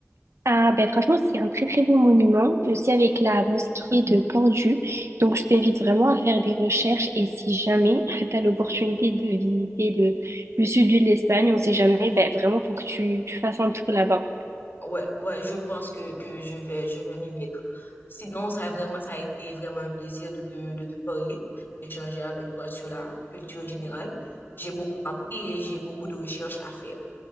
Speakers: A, on the right; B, on the left.
A: ah, ben, franchement, c'est un très très beau monument, aussi avec la mosquée de Cordoue. Donc, je t'invite vraiment à faire des recherches et si jamais <laughs> tu as l'opportunité de visiter le, le sud de l'Espagne, on sait jamais, ben, vraiment, faut que tu, tu fasses un tour là-bas.
B: Ouais, ouais, je pense que, que je vais, je vais m'y mettre. Sinon, ça a vraiment, ça a été vraiment un plaisir de te, de te parler, d'échanger avec toi sur la culture générale. J'ai beaucoup appris et j'ai beaucoup de recherches à faire.